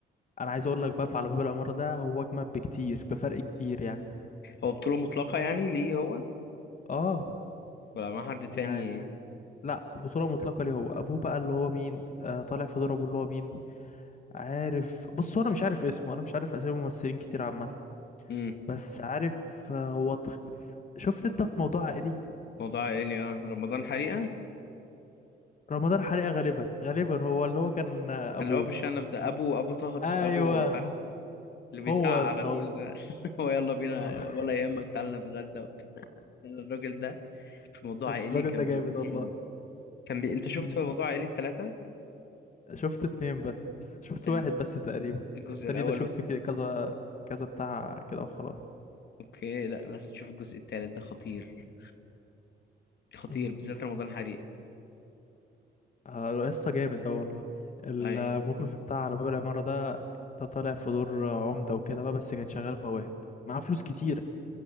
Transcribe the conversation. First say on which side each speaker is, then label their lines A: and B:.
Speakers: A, on the left; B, on the left.
A: انا عايز اقول لك بقى في على باب العمارة ده هو اجمد بكتير بفرق كبير يعني
B: هو بطوله مطلقه يعني ليه هو
A: اه
B: ولا مع حد تاني
A: يعني لا بطولة مطلقة ليه هو أبوه بقى اللي هو مين آه طالع في دور أبوه اللي هو مين عارف بص هو أنا مش عارف اسمه أنا مش عارف أسامي ممثلين كتير عامة
B: مم.
A: بس عارف آه هو تخ... شفت أنت في موضوع عائلي
B: موضوع عائلي اه رمضان حريقة
A: رمضان حريقة غالبا غالبا هو اللي هو كان آه، أبوه
B: اللي هو بالشنب ده أبو أبو طه دسو-
A: أيوه
B: أبو حسن اللي بيزعق
A: هو يا
B: على
A: اسطى
B: طول
A: هو
B: ده <laughs> هو يلا بينا
A: آه،
B: ولا يهمك تعالى نتغدى وبتاع. الراجل ده في
A: <laughs>
B: موضوع عائلي
A: الراجل
B: كان
A: ده جامد
B: بيقتلني
A: والله
B: كان بي... أنت شفت
A: مم.
B: موضوع عائلي التلاتة
A: شفت اتنين بس شفت
B: الج-
A: واحد بس تقريبا
B: الجزء
A: التاني
B: الأول
A: ده شفت
B: والتاني
A: كده كذا كذا بتاع كده وخلاص
B: أوكي لا لازم تشوف الجزء التالت ده خطير خطير
A: مم.
B: بالذات رمضان حريقة
A: آه، قصة جامد أوي والله المهم
B: أي
A: في بتاع على باب العمارة ده ده طالع في دور عمدة وكده بقى بس كان شغال بواب معاه فلوس كتير